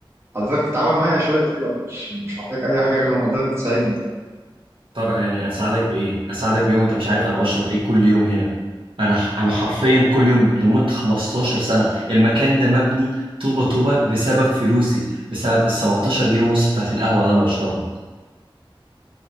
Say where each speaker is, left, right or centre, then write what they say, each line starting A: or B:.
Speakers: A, on the right; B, on the right.
A: حضرتك تتعاون معايا شوية طيب أنا مش مش محتاج أي حاجة غير إن حضرتك تساعدني طب
B: طب يعني اساعدك بايه اساعدك بايه وانت مش عارف انا بشرب ايه كل يوم هنا انا انا حرفيا كل يوم لمده 15 سنه المكان ده مبني طوبه طوبه بسبب فلوسي بسبب ال 17 جنيه ونص بتاعت القهوه اللي انا بشربها